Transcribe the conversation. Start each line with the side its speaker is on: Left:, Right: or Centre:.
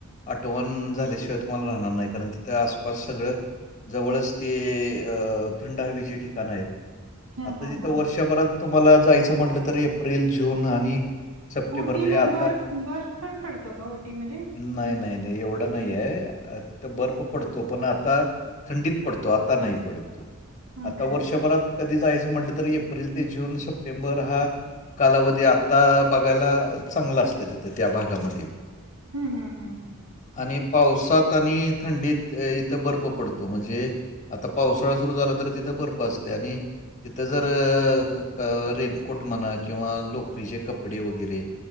Left: टवनल्याशिवाय तुम्हाला राहणार नाही कारण ती त्या आसपास सगळं जवळच ते अ थंड हवीची ठिकाणं आहेत.
Right: हा
Left: आता
Right: हा
Left: जिथं
Right: हा
Left: वर्षभरात तुम्हाला जायचं म्हटलं त एप्रिल जून आणि सप्टेंबर
Right: उटीला
Left: म्हणजे आता
Right: बर्फ बर्फ पण पडतो का उटीमध्ये?
Left: नाय नाय नाय एवढं नाही आहे, तिथं बर्फ पडतो पण आता थंडीत पडतो आता नाही पडत तो.
Right: हम्म
Left: आता
Right: हम्म
Left: वर्षभरात कधी जायचं म्हटलं तर एप्रिल ते जून सप्टेंबर हा. कालावधी आत्ता बघायला चांगलं असतं त्या भागामध्ये.
Right: हम्म हम्म, हम्म हम्म.
Left: आणि पावसात आणि थंडीत इथं बर्फ पडतो म्हणजे. आता पावसाळा सुरु झाला तर तिथं बर्फ असते आणि तिथं जर एख रेनकोट म्हणा किंवा लोकरीचे कपडे वगैरे